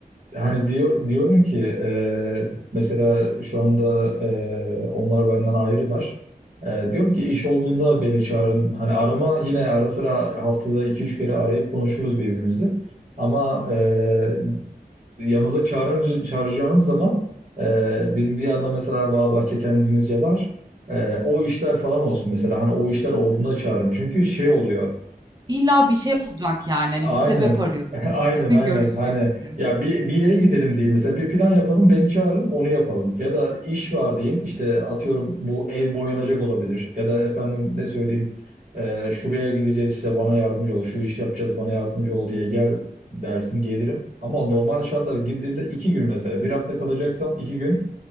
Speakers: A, on the right; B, on the right.
A: Hani diyor diyorum ki e, mesela şu anda e, onlar benden ayrılar. E, diyorum ki iş olduğunda beni çağırın. Hani arama yine ara sıra haftada iki üç kere arayıp konuşuruz birbirimizi. Ama e, yanınıza çağırınca, çağıracağınız zaman e, bizim bir yandan mesela Bağbahçe kendimizce var. E, o işler falan olsun mesela. Hani o işler olduğunda çağırın. Çünkü şey oluyor.
B: <laughs> İlla bir şey olacak, yani, hani,
A: Aynen.
B: bir sebep arıyorsun
A: <laughs> Aynen
B: <laughs> görüşmek
A: aynen. Hani
B: için.
A: ya bir, bir yere gidelim diyeyim. Mesela bir plan yapalım, beni çağırın, onu yapalım. Ya da iş var deyin. işte atıyorum bu ev boyanacak olabilir. Ya da efendim ne söyleyeyim? e, şuraya gideceğiz işte bana yardımcı ol. Şu işi yapacağız bana yardımcı ol diye gel dersin gelirim. Ama normal şartlarda girdiğimde iki gün mesela. Bir hafta kalacaksam iki gün.